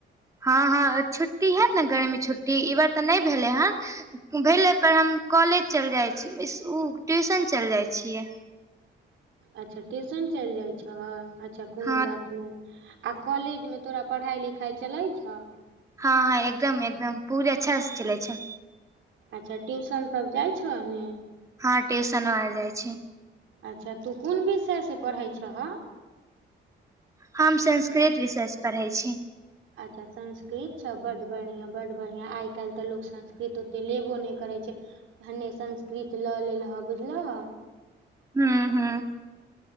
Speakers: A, on the right (about 15°); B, on the right (about 75°).
A: हँ हँ छुट्टी हेत ने गर्मी छुट्टी ई बार तऽ नैय भेलेै हऽ। भेलै पर हम कॉलेज चैल जाय छी इसकु ट्यूशन चैल जाय छियै।
B: अच्छा ट्यूशन चैल जाय छह अच्छा कोनो
A: हँ
B: बात नै। आ कॉलेज मे तोरा पढ़ाय-लिखाय चलै छ।
A: हँ हँ एकदम-एकदम पूरे अच्छा सँ चलै छैय।
B: अच्छा, ट्यूशन सब जाय छह ने।
A: हँ ट्यूशनो और जाय छी।
B: अच्छा, तू कोन विषय से पढ़ै छह।
A: हम संस्कृत विषय सँ पढ़ै छी।
B: अच्छा संस्कृत छ, बड्ड बढ़ियां-बड्ड बढ़ियां, आय कैल्ह तऽ लोक संस्कृत। तऽ लेबो नै करै छैय, भने संस्कृत लऽ लेलह बुझलह।
A: हँ हँ।